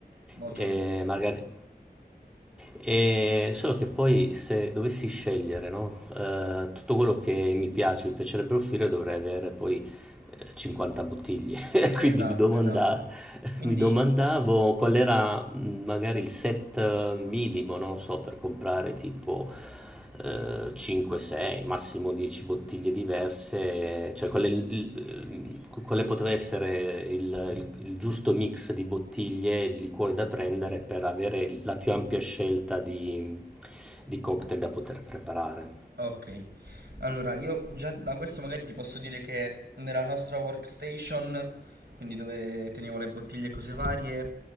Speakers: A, on the right; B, in the centre.
A: molto
B: E
A: buono.
B: margarita, e solo che poi se dovessi scegliere, no, eh, tutto quello che mi piace, mi piacerebbe offrire, dovrei avere poi eh, 50 bottiglie. <laughs> Quindi
A: Esatto,
B: mi domanda-
A: esatto. Quindi
B: mi domandavo qual era mh, magari il set eh, minimo, non so, per comprare tipo 5-6, massimo 10 bottiglie diverse, cioè quale, il- il- quale poteva essere il, il- il giusto mix di bottiglie e di liquori da prendere per avere la più ampia scelta di, di cocktail da poter preparare.
A: Ok, allora io già da questo magari ti posso dire che nella nostra workstation, quindi dove teniamo le bottiglie e cose varie,